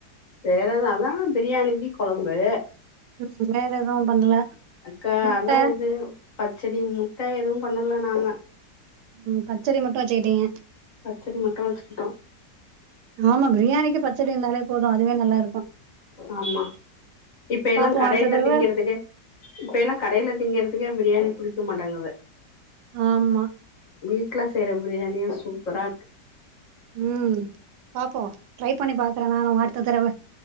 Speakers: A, on the left; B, on the right.
A: வேற எது அதா பிரியாணிக்கு கொழம்பு
B: ம் வேற எதுவு பண்ணல
A: அக்கா
B: முட்ட
A: அதா இது பச்சடி முட்ட எதுவு பண்ணல நானு
B: ம் பச்சடி மட்டு வச்சுக்கிட்டீங்க
A: பச்சடி மட்டு வச்சுக்கிட்டோ
B: ஆமா பிரியாணிக்கு பச்சடி இருந்தாலே போதும் அதுவே நல்லா இருக்கு
A: ஆமா இப்ப எல்லா
B: பாப்போ
A: கடையில
B: அடுத்த தடவ
A: திங்குறதுல்லயே இப்ப எல்லா கடையில திங்கறதுல்லயே பிரியாணி புடிக்க மாட்டங்கது
B: ஆமா
A: வீட்ல செய்ற பிரியாணியே சூப்பரா இருக்கு
B: ம் பாப்போ ட்ரை பண்ணி பாக்குறே நானு அடுத்த தடவ